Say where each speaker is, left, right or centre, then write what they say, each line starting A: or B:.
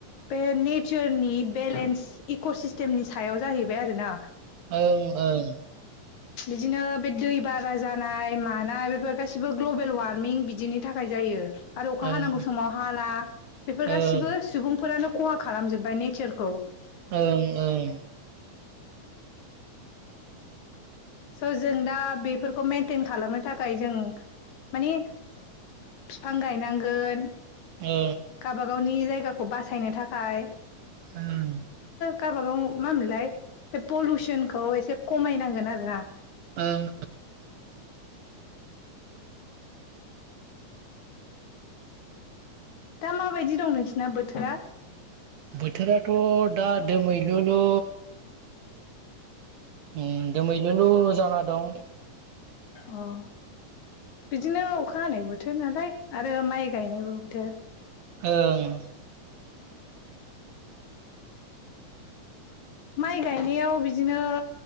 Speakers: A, on the left; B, on the right.
A: बे नेचारनि बेलेन्स इक' सिस्टेमनि सायाव जाहैबाय आरो ना
B: ओं ओं
A: बिदिनो बे दै बारा जानाय मानाय बेफोर गासिबो ग्लबेल वार्मिं बिदिनि थाखाय जा जायो आरो अखा
B: ओं
A: हानांगौ समाव हाला बेफोर
B: ओं
A: गासिबो सुबुंफोरानो खहा खालामजोब्बाय नेचारखौ
B: ओं ओं
A: स' जों दा बेफोरखौ मइेनटेन खालामनो थाखाय जों मानि बिफां गायनांगोन
B: ओं
A: गावाबागावनि जायगाखौ बासायनो थाखाय
B: ओं
A: गावबागाव मा होनो मोनलाय बे पलुउसनखौ एसे खमायनांगोन आरोना
B: ओं
A: दा माबायदि दं नोंसिना बोथोरा
B: बोथोराथ' दा दोमैलु लु ओ दोमैलुलु जाना दं
A: अ बिदिनो अखा हानाय बोथोर नालाय आरो माइ गायनायबो बोथोर
B: ओं
A: माइ गायनायाव बिदिनो